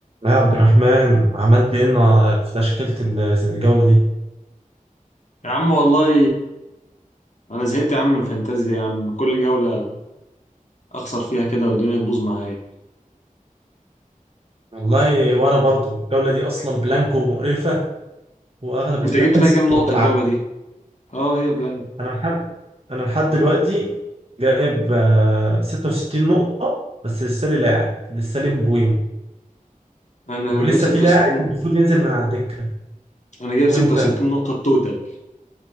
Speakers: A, on the right; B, on the left.
A: يا عبد الرحمن عملت ايه النا- في تشكيلة ال- الجولة دي
B: يا عم والله انا زهقت يا عم من الفانتازيا يا عم كل جولة اخسر فيها كده والدنيا تبوظ معايا
A: والله وانا برضو الجولة دي اصلا بلانكو ومقرفة واغلب الفرق
B: انت جبت فيها
A: <laughs>
B: كام
A: ما
B: نقطة
A: بتلعب
B: الجولة دي اه هي بلان
A: انا لحد انا لحد دلوقتي جايب آه، 66 نقطة بس لسه لي لاعب لسه لي مبويمو
B: انا
A: ولسه
B: جايب
A: في لاعب
B: 66
A: المفروض ينزل من على الدكة
B: انا جايب
A: وانت
B: 66 نقطة التوتال